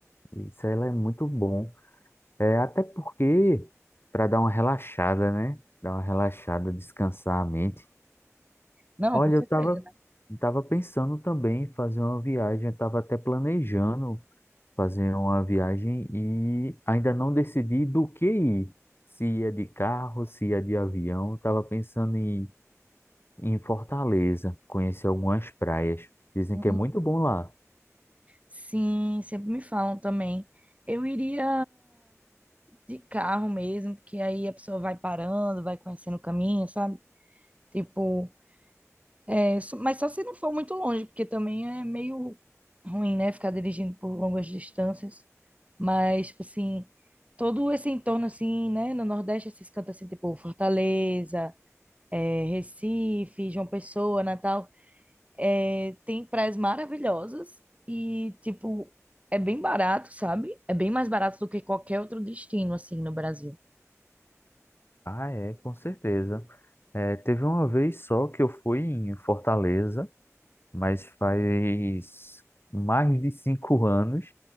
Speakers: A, on the left (about 45°); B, on the right (about 25°).
A: Isso aí é muito bom. É até porque para dar uma relaxada, né? Dar uma relaxada, descansar a mente.
B: Não,
A: Olha,
B: com certeza,
A: eu tava
B: né?
A: tava pensando também em fazer uma viagem, eu tava até planejando fazer uma viagem e ainda não decidi do que ir. Se ia de carro, se ia de avião, eu tava pensando em em Fortaleza, conheci algumas praias. Dizem
B: Hum,
A: que é muito bom lá.
B: Sim, sempre me falam também. Eu iria de carro mesmo, porque aí a pessoa vai parando, vai conhecendo o caminho, sabe? Tipo, É só- mas só se não for muito longe, porque também é meio ruim, né? Ficar dirigindo por longas distâncias. Mas, tipo assim, todo esse entorno, assim, né? No Nordeste, esses cantos, assim, tipo Fortaleza, é, Recife, João Pessoa, Natal, é, tem praias maravilhosas e, tipo, é bem barato, sabe? É bem mais barato do que qualquer outro destino, assim, no Brasil.
A: Ah, é, com certeza. É, teve uma vez só que eu fui em Fortaleza, mas faz mais de cinco anos,